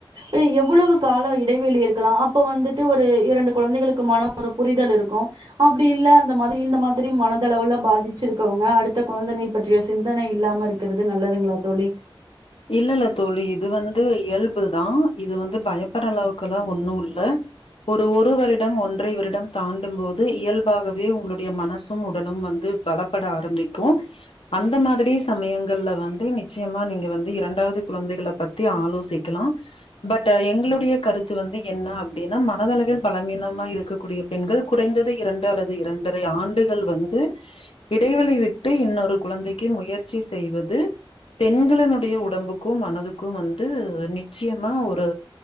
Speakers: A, on the right; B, on the left.
A: ஆ எவ்வளவு கால இடைவெளி இருக்கலா அப்ப வந்துட்டு ஒரு இரண்டு குழந்தைகளுக்கு மன ஒரு புரிதல் இருக்கு அப்டி இல்ல அந்த மாதிரி இந்த மாதிரி மனதளவுல பாதிச்சிருக்கவங்க அடுத்த கொழந்தனை பற்றிய சிந்தனை இல்லாம இருக்கறது நல்லதுங்ளா தோழி
B: இல்லல்ல தோழி இது வந்து இயல்பு தா இது வந்து பயப்பற அளவுக்குல்லா ஒண்ணு இல்ல ஒரு ஒரு வருடம் ஒன்றை வருடம் தாண்டும் போது இயல்பாகவே உங்களுடைய மனசும் உடலும் வந்து பல ப்பட ஆரம்பிக்கு அந்த மாதிரி சமயங்கள்ல வந்து நிச்சயமா நீங்க வந் து இரண்டாவது குழந்தைகள பத்தி ஆலோசிக்கலா பட் எங்ளுடைய கருத்து வந்து என்ன அப்டின்னா மனதளவில் பலவீனமா இருக்கக்கூடிய பெண்கள் குறைந்தது இரண்டு அல்லது இரண்டரை ஆண்டுகள் வந்து இடைவெளி விட்டு இன்னொரு குழந்தைக்கு முயற்சி செய்வது பெண்களினு டைய உடம்புக்கு மனதுக்கு வந்து நிச்சயமா ஒரு